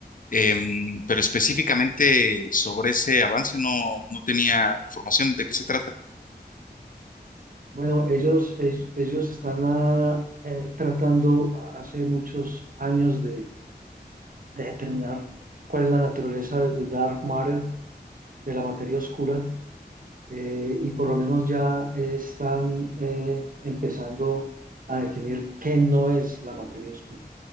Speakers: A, on the left; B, on the right.
A: em, pero específicamente sobre ese avance no, no tenía información de qué se trata.
B: Bueno, ellos, ellos, ellos están ah, eh, tratando hace muchos años de, de determinar cuál es la naturaleza de de dark matter, de la materia oscura eh, y por lo menos ya están eh, empezando a definir qué no es la materia oscura.